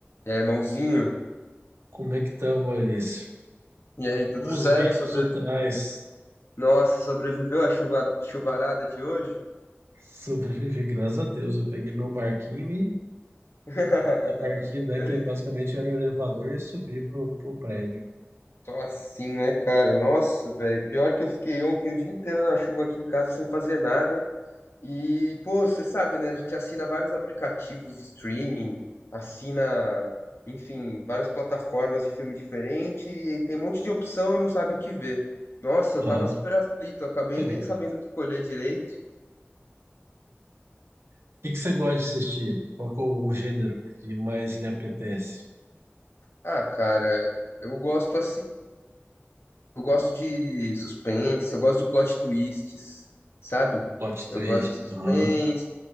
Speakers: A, on the left; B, on the right.
A: E aí, irmãozinho?
B: Como é que tá, Maurício?
A: E aí,
B: Que
A: tudo
B: bons
A: certo?
B: ventos
A: Sobre...
B: atrás.
A: Nossa, sobreviveu à chuva... chuvarada de hoje?
B: Sobrevivi, graças a Deus. Eu peguei meu barquinho e
A: <laughs>
B: meu barquinho, né, que é basicamente era o elevador e subi pro, pro prédio.
A: Só assim, né, cara? Nossa, velho. Pior que eu fiquei ontem o dia inteiro na chuva aqui em casa sem fazer nada. E, pô, você sabe, né? A gente assina vários aplicativos de streaming, assina, enfim, várias plataformas de filme diferente e tem um monte de opção e não sabe o que ver. Nossa, eu
B: Aham,
A: tava super aflito, eu acabei
B: tá ligado.
A: nem sabendo o que escolher direito.
B: O que que você gosta de assistir? Qual que é o gênero que mais lhe apetece?
A: Ah, cara, eu gosto assim. Eu gosto de suspense, eu gosto de plot twists, sabe?
B: Plot
A: Eu
B: twist.
A: gosto de suspense,
B: Aham.